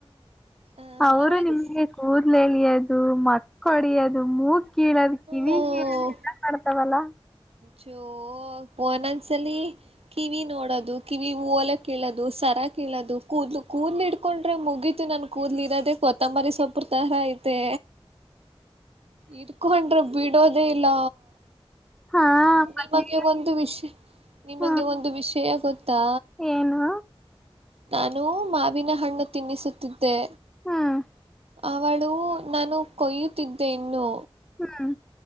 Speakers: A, on the right; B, in the centre.
A: ಹ
B: ಅವ್ರು
A: ಅವಳಿಗೆ
B: ನಿಮ್ಗೆ ಕೂ ದ್ಲೆಳಿಯೋದು ಮಕ್ಕ್ ಹೊಡಿಯೋದು ಮೂಗಾ ಕೀಳದ ಕಿವಿ
A: ಹೂ
B: ಕಿ ತ್ತವಲ್ಲ
A: ಜೋ ಒಂದೊಂದ್ಸಲಿ ಕಿವಿ ನೋಡದು ಕಿವಿ ಓಲೆ ಕೀಳದು ಸರ ಕೀಳೋದು ಕೂದ್ಲು ಕೂದ್ಲಿಡ್ಕೊಂಡ್ರೆ ಮುಗೀತು ನನ್ ಕೂದ್ಲು ಇರೋದೆೇ ಕೊತ್ತಂಬರಿ ಸೊಪ್ರ ತರ ಐತೆ ಇಡ್ಕೊಂಡ್ರೆ ಬಿಡೋದೇ ಇಲ್ಲ.
B: ಹಾ
A: ನಿಮಗೆ
B: ಮತ್ತೆ
A: ಒಂದು ವಿಷ ನಿಮಗೆ
B: ಹ್ಮ
A: ಒಂದು ವಿಷಯ ಗೊತ್ತಾ?
B: ಏನು
A: ನಾನು ಮಾವಿನ ಹಣ್ಣು ತಿನ್ನಿಸುತ್ತಿದ್ದ್ ದ್ದೆ
B: ಹ್ಮ್
A: ಅವಳು ನಾನು ಕೊಯ್ಯುತ್ತಿದ್ದೆ ಇನ್ನು
B: ಹ